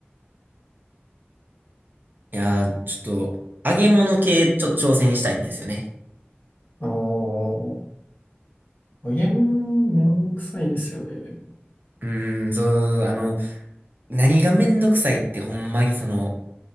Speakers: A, on the right; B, on the left.
A: やー、ちょっと、揚げ物系、ちょっと挑戦したいんですよね。
B: ああ。揚げ物、めんどくさいですよね、でも。
A: うーん、そう、あの、何がめんどくさいってほんまにその、